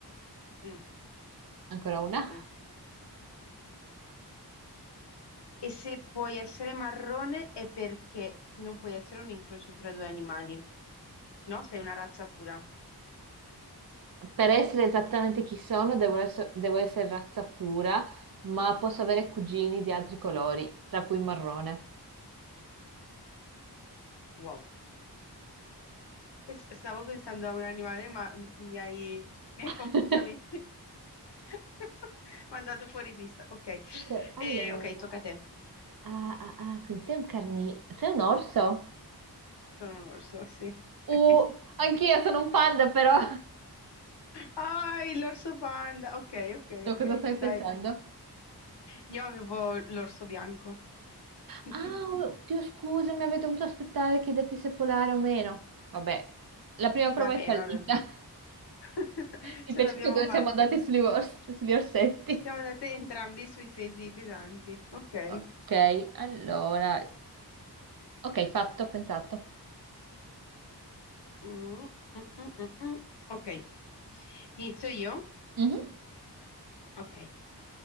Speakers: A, on the left; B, on the right.
A: Mm,
B: Ancora una.
A: mm. E se puoi essere marrone è perché non puoi essere un incrocio tra due animali, no? Sei una razza pura.
B: Per essere esattamente chi sono, devo essere, devo essere razza pura, ma posso avere cugini di altri colori, tra cui marrone.
A: Wow. <laughs> E s- Stavo pensando a un animale, ma m- mi hai, mi hai
B: <laughs>
A: completamente <laughs> mandato fuori pista. Ok,
B: Ok, allora,
A: Eh, ok, tocca a te.
B: Ah, ah, ah, quindi sei un carni... Sei un orso?
A: Sono un orso, sì.
B: Uh,
A: <laughs>
B: anch'io sono un panda, però.
A: Ah, l'orso panda. Ok, ok,
B: No,
A: ok.
B: cosa stai
A: Dai,
B: pensando?
A: io avevo l'orso bianco. <laughs>
B: Ah, oddio, scusami, avrei dovuto aspettare che detti se polare o meno. Vabbè, la prima prova
A: Vabbè,
B: è fallita.
A: vabbè. <laughs>
B: <laughs> Mi
A: Ce
B: piace
A: l'abbiamo
B: che dove
A: fatta.
B: siamo andati sugli, ors- sugli orsetti.
A: Siamo andate entrambi sui pesi pesanti. Ok.
B: Ok, allora. Ok, fatto, ho pensato.
A: Mm, mm, mm, mm, mm. Ok. Inizio io?
B: Mhm,
A: Ok.